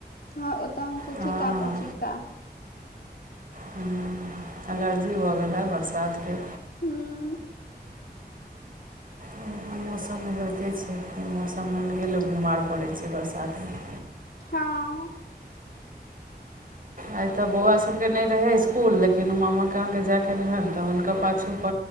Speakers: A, on the left (about 60°); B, on the right (about 55°).
A: हँ ओतऽ हमसब
B: हँ
A: छीका पर छीका
B: हुॅं एलर्जी भऽ गेल हें बरसातके
A: हूॅं
B: एहेन मौसममे होइते छै ऐ मौसममे ओनहिये लोक बीमार पड़ैत छै बरसातमे
A: हँ
B: आइ तऽ बौआ सभके नहि रहै इस्कुल लेकिन ओ मामा कहके जायके रहनि तऽ हुनका पास छूप